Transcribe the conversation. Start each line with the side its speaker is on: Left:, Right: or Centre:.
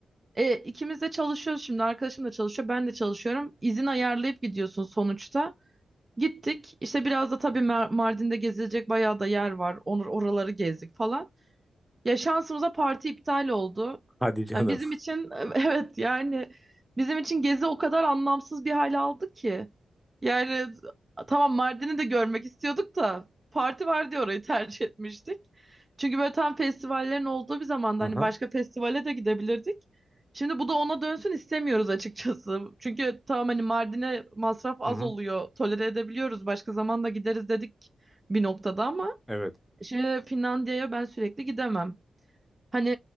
Right: E, ikimiz de çalışıyoruz şimdi. Arkadaşım da çalışıyor. Ben de çalışıyorum. İzin ayarlayıp gidiyorsun sonuçta. Gittik. İşte biraz da tabii Mer- Mardin'de gezilecek bayağı da yer var. Onur oraları gezdik falan. Ya şansımıza parti iptal oldu.
Centre: <laughs> Hadi canım.
Right: Yani bizim için <laughs> evet yani bizim için gezi o kadar anlamsız bir hal aldı ki. Yani tamam Mardin'i de görmek istiyorduk da parti var diye orayı tercih etmiştik. Çünkü böyle tam festivallerin olduğu bir zamanda
Centre: Hı
Right: hani
Centre: hı.
Right: başka festivale de gidebilirdik. Şimdi bu da ona dönsün istemiyoruz açıkçası. Çünkü tamam hani Mardin'e masraf az
Centre: Hı hı.
Right: oluyor. Tolere edebiliyoruz. Başka zaman da gideriz dedik bir noktada ama
Centre: Evet.
Right: şimdi Finlandiya'ya ben sürekli gidemem. Hani